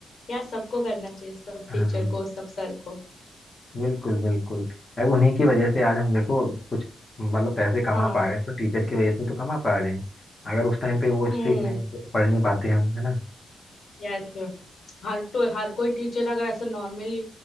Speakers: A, on the left; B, on the left.
A: याद सबको करना चाहिए सब
B: हाँ
A: टीचर को सब सर को
B: बिल्कुल बिल्कुल अब उन्हीं की वजह से आज हम देखो कुछ मतलब पैसे कमा
A: हाँ
B: पा रहे हैं तो टीचर की वजह से तो कमा पा रहे हैं अगर उस टाइम पे वो
A: हम्म
B: स्ट्रिक्ट नहीं होते तो पढ़ नहीं पाते हम है ना
A: यस हर तो हर कोई टीचर अगर ऐसे नॉर्मली